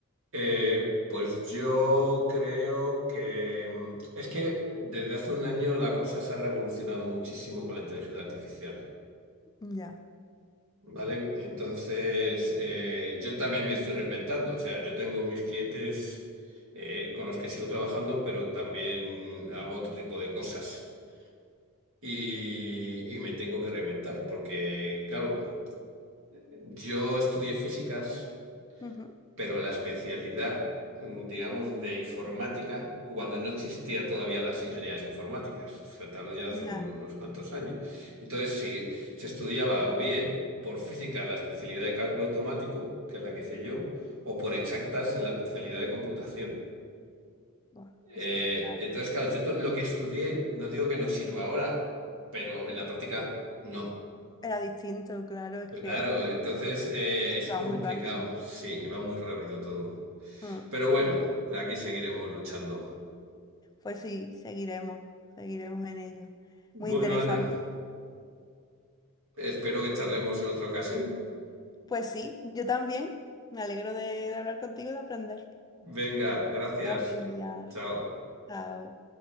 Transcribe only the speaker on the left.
Ya,
ujú,
ya.
Buah, es
que, claro,
era distinto, claro, es que...
Es
que
va muy rápido.
Mm.
Pues sí, seguiremos, seguiremos en ello.
Muy interesante.
Pues sí, yo también. Me alegro de, de hablar contigo y de aprender.
Tengas buen día.
Chao.